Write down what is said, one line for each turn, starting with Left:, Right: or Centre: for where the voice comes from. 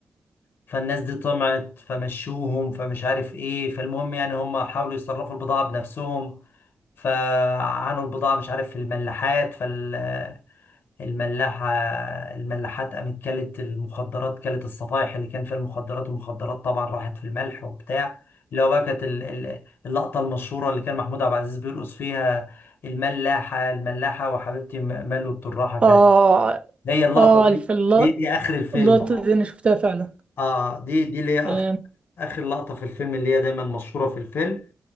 Left: فالناس دي طمعت فمشوهم فمش عارف ايه فالمهم يعني هم حاولوا يصرفوا البضاعة بنفسهم فعانوا البضاعة مش عارف في الملاحات فال... الملاحة الملاحات قامت كلت المخدرات كلت الصفايح اللي كان فيها المخدرات والمخدرات طبعا راحت في الملح وبتاع اللي هو بقى كانت ال- ال- اللقطة المشهورة اللي كان محمود عبد العزيز بيرقص فيها الملاحة الملاحة وحبيبتي م- ملو التراحة كانت
Right: اه
Left: هي اللقطة
Right: اه
Left: دي
Right: في الل-
Left: دي دي آخر الفيلم
Right: اللقطة دي انا شفتها فعلا
Left: اه دي دي اللي هي
Right: تمام
Left: اخر لقطه في الفيلم اللي هي دايما مشهوره في الفيلم